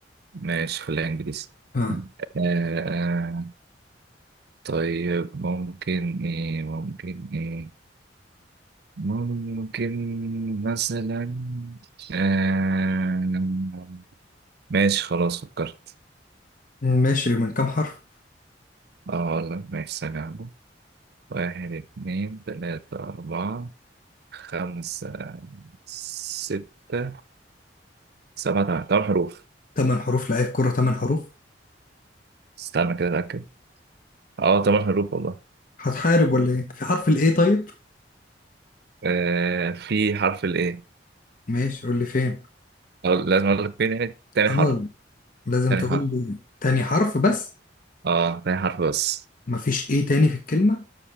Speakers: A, on the right; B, on the left.
A: ماشي خليها إنجليزي
B: ها
A: آه، آه، طيب ممكن إيه ممكن إيه ممكن مثلا آه، ماشي خلاص فكرت
B: ماشي من كام حرف
A: اه والله ماشي ثانية واحد اتنين تلاتة أربعة خمسة ستة سبعة تمام تمام حروف
B: تمن حروف لعيب كرة تمن حروف
A: استنى كده أتأكد اه طبعا حروف والله
B: هتحارب ولا ايه في حرف الايه طيب
A: آه في حرف الايه
B: ماشي قول لي فين
A: أو لازم اقول لك فين يعني تاني
B: اه
A: حرف
B: لازم
A: تاني
B: تقول
A: حرف
B: لي تاني حرف بس
A: اه آه، تاني حرف بس
B: مفيش ايه تاني في الكلمة